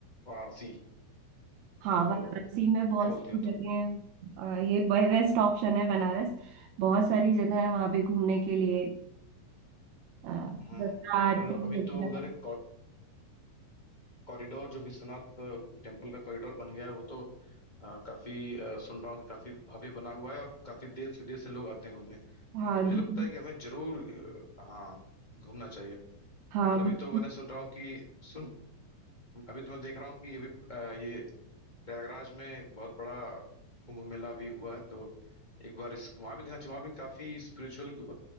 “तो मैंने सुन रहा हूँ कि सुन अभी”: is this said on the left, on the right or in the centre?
Left